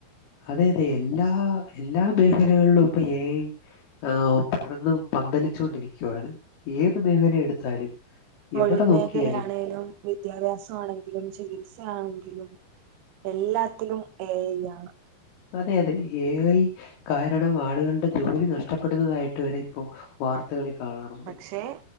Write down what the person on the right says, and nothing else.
തൊഴിൽ
മേഖലയാണേലും,
വിദ്യാഭ്യാസ ആണെങ്കിലും ചികിത്സയാണെ എല്ലാത്തിലും എ ഐയാണ്
പക്ഷേ